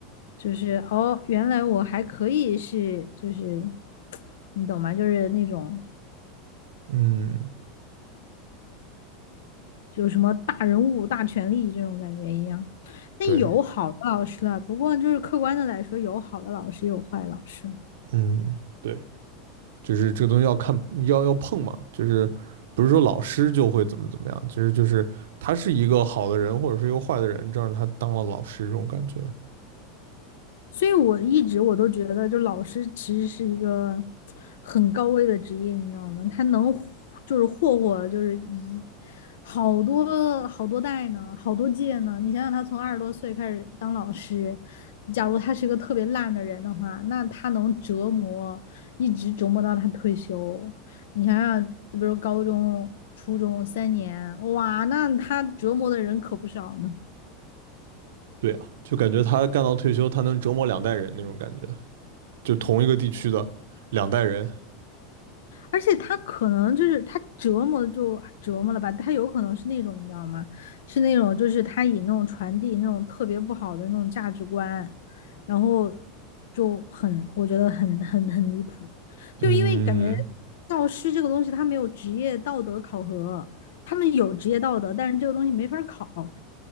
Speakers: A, on the left; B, on the right.
A: 就是哦，原来我还可以是就是 <tsk> 你懂吗？就是那种。
B: 嗯，
A: 有什么大人物、大权力这种感觉一样。但有好的老师了，
B: 对，
A: 不过就是客观的来说，有好的老师，有坏老师。
B: 嗯，对。就是这个东西要看要要碰嘛，就是不是说老师就会怎么怎么样，其实就是他是一个好的人或者是一个坏的人，这让他当了老师这种感觉。
A: 所以我一直我都觉得，就老师其实是一个很高危的职业，你知道吗？他能就是霍霍，就是一好多好多代呢，好多届呢。你想想，他从二十多岁开始当老师，假如他是一个特别烂的人的话，那他能折磨，一直折磨到他退休。你想想，就比如高中、初中三年，哇，那他折磨的人可不少呢。
B: 对啊，就感觉他干到退休，他能折磨两代人那种感觉，就同一个地区的两代人。
A: 而且他可能就是他折磨就折磨了吧，他有可能是那种你知道吗？是那种就是他以那种传递那种特别不好的那种价值观，然后就很我觉得很很很离谱，
B: 嗯，
A: 就因为感觉教师这个东西他没有职业道德考核，他们有职业道德，但是这个东西没法考，